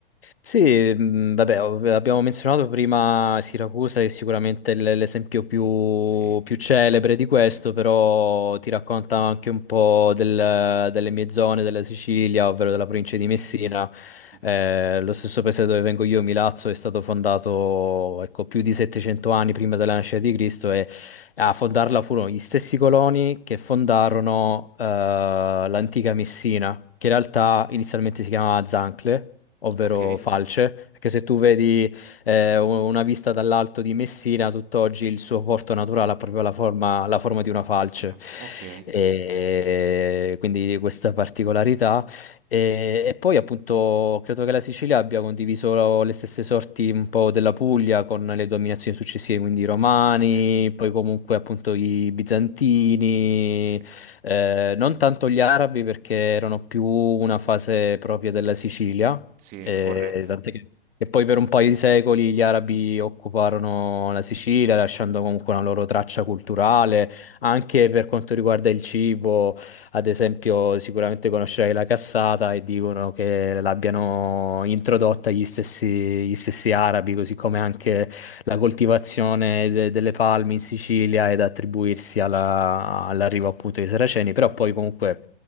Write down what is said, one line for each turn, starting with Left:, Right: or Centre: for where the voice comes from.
Left: Sì, mh, vabbè, ov- abbiamo menzionato prima Siracusa, che è sicuramente l- l'esempio più,
Right: Sì,
Left: più celebre di questo,
Right: sì. <laughs>
Left: però ti racconta anche un po' del- delle mie zone della Sicilia, ovvero della provincia di Messina.
Right: Mhm.
Left: Eh, lo stesso paese dove vengo io, Milazzo, è stato fondato, ecco, più di 700 anni prima della nascita di Cristo e a fondarla furono gli stessi coloni che fondarono eh, l'antica Messina, che in realtà inizialmente si chiamava Zancle ovvero
Right: Ok?
Left: falce, perché se tu vedi eh, u- una vista dall'alto di Messina, tutt'oggi il suo porto naturale
Right: Ah,
Left: ha proprio la forma, la forma di una falce.
Right: di una fa- ok.
Left: E quindi questa particolarità. E, e poi appunto credo che la Sicilia abbia condiviso le stesse sorti un po' della Puglia con le dominazioni successive, quindi i Romani,
Right: Sì,
Left: poi comunque appunto i Bizantini,
Right: sì,
Left: eh, non tanto gli Arabi perché erano più una fase propria della Sicilia,
Right: sì,
Left: e
Right: corretto.
Left: tant'è che, che poi per un paio di secoli gli arabi occuparono la Sicilia, lasciando comunque una loro traccia culturale, anche per quanto riguarda il cibo. Ad esempio, sicuramente conoscerai la cassata e dicono che l'abbiano introdotta gli stessi, gli stessi arabi, così come anche la coltivazione de- delle palme in Sicilia ed attribuirsi alla- all'arrivo appunto dei Saraceni, però poi comunque